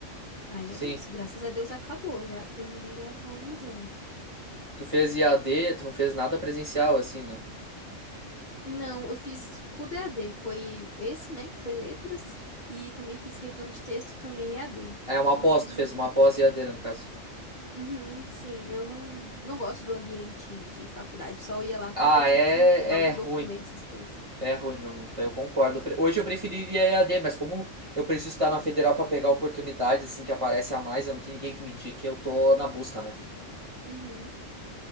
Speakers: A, on the left (about 40°); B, on the right (about 25°).
A: Aí
B: Sim.
A: era isso, graças a Deus acabou, já terminei já tem alguns anos.
B: Tu fez IAD, tu não fez nada presencial, assim, né?
A: Não, eu fiz tudo E a d foi esse, né, que foi letras, e também fiz revisão de texto também E a d
B: É uma
A: Não,
B: pós,
A: não
B: tu fez uma pós IAD, né, no caso.
A: Uhum, sim, eu não, não gosto do ambiente de faculdade, só ia lá
B: Ah,
A: quando eu tinha
B: é,
A: que entregar algum
B: é ruim.
A: documento, essas coisas.
B: É ruim mesmo, eu concordo. Eu pre- Hoje eu preferiria EAD, mas como eu preciso estar na federal pra pegar oportunidades assim que aparece a mais, eu não tenho ninguém que me indique, eu tô na busca, né?
A: Uhum,